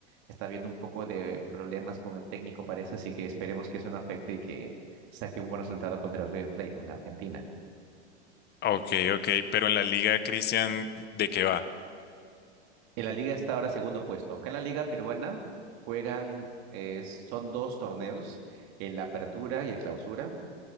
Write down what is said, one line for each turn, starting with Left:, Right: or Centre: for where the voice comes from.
Right: Está habiendo un poco de problemas con el técnico, parece, así que esperemos que eso no afecte y que saque un buen resultado contra el River Plate, ¿no? En Argentina.
Left: Ok, ok, pero en la liga, Cristian, ¿de qué va?
Right: En la liga está ahora segundo puesto. Acá en la liga peruana juegan, eh, son dos torneos, el Apertura y el Clausura,